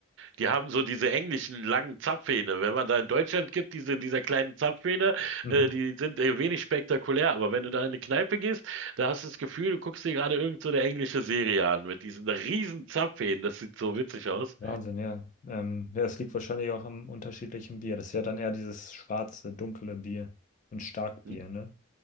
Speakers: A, on the right; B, on the left.
A: Die haben so diese englischen langen Zapfhähne. Wenn man da in Deutschland gibt, diese dieser kleinen Zapfhähne,
B: Mhm.
A: äh, die sind äh, wenig spektakulär. Aber wenn du da in eine Kneipe gehst, da hast du das Gefühl, du guckst dir gerade irgend so eine englische Serie an mit diesen riesen Zapfhähnen. Das sieht so witzig aus.
B: Wahnsinn, ja. Ähm, ja, es liegt wahrscheinlich auch am unterschiedlichen Bier. Das ist ja dann eher dieses schwarze, dunkle Bier. Ein Starkbier,
A: N-
B: ne?